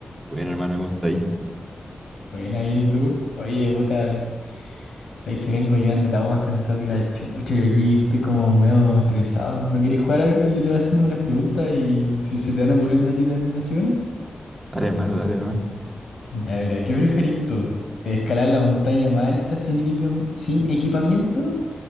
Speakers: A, in the centre; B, on the left (about 65°).
A: Bueno, hermano, ¿cómo está ahí?
B: Buena, bien, ¿y tú? Oye, puta, sabéis que vengo llegando la voz más cansado que la chucha y aquí estoy como medio estresado. ¿No querés jugar algo? Yo te voy haciendo unas preguntas y si se te van ocurriendo a ti también me haces una.
A: Dale, hermano, dale nomás.
B: Ya, mira, ¿qué preferís tú? ¿Escalar la montaña más alta sin equipi- sin equipamiento?